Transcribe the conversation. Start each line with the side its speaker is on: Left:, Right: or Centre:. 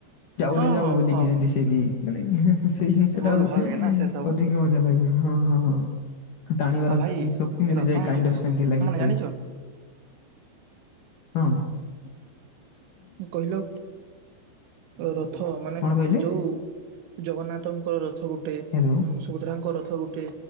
Left: ଯାଉରେ
Right: ହଁ
Left: ଯାଉ
Right: ହଁ
Left: ବୋଲିକି
Right: ହଁ
Left: ଯେମତି ସ ଲି ମାନେ ସେଇ ଜିନିଷ
Right: ବହୁତ
Left: ଟା ଆଉ
Right: ଭଲ ଲାଗେ ନା ସେ ସବୁ
Left: ଅଧିକ ମଜା ଲାଗେ ହଁ ହଁ ହଁ। ଟାଣିବାର
Right: ଆଉ ଭାଇ
Left: ବି ଶକ୍ତି ମିଳିଯାଏ
Right: ରଥ
Left: କାଇଣ୍ଡ ଅଫ୍ ସେମତି ଲାଗିଥାଏ।
Right: ମାନେ ଜାଣିଛ
Left: ହଁ
Right: <unintelligible> ହୁଁ କହିଲ ରଥ ମାନେ
Left: କଣ କହିଲେ
Right: ଯୋଉ ଜଗନ୍ନାଥଙ୍କର ରଥ ଗୋଟେ ଉଁ
Left: ହ୍ୟାଲୋ
Right: ସୁଦ୍ରାଙ୍କ ରଥ ଗୋଟେ